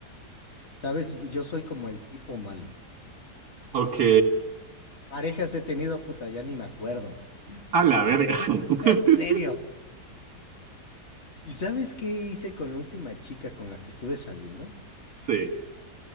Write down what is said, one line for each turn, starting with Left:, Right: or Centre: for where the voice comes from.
Left: Sabes, yo soy como el tipo malo.
Right: Ok.
Left: Parejas he tenido, puta, ya ni me acuerdo.
Right: A la verga.
Left: <laughs>
Right: <laughs>
Left: En serio. ¿Y sabes qué hice con la última chica con la que estuve saliendo?
Right: Sí,